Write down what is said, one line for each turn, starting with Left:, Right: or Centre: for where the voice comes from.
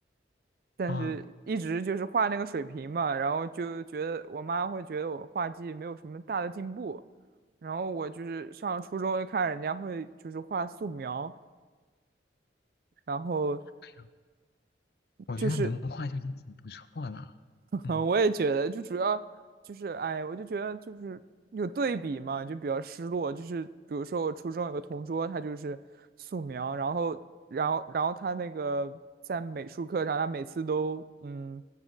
Right: 但是一直就是画那个水平嘛，
Left: 啊，
Right: 然后就觉得我妈会觉得我画技没有什么大的进步，然后我就是上初中就看人家会就是画素描，然后。
Left: 哎呦我觉得能画就已经挺不错了。
Right: 就是
Left: 嗯
Right: 嗯，<laughs> 我也觉得，就主要就是，哎，我就觉得就是有对比嘛，就比较失落。就是比如说我初中有个同桌，他就是素描，然后，然后，然后他那个在美术课上，他每次都，嗯，